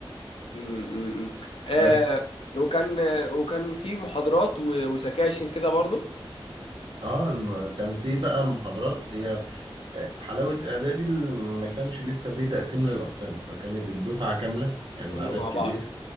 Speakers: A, on the left; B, on the right.
A: امم آه
B: بس
A: وكان وكان في محاضرات و- وسكاشن كده برضه
B: اه الم- كان في بقى محاضرات هي آه، حلاوة اعدادي اللي ما كانش لسه في تقسيم للاقسام فكانت الدفعة كاملة يعني
A: كله
B: العدد
A: مع
B: كبير
A: بعض